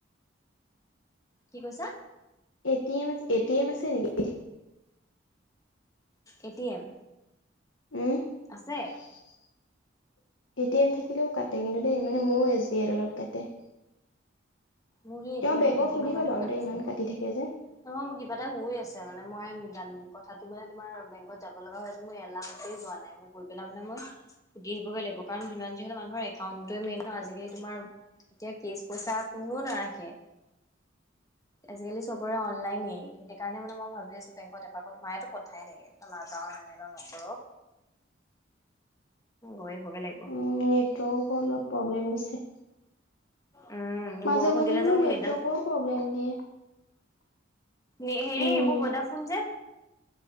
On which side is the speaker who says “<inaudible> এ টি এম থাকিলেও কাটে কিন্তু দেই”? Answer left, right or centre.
Left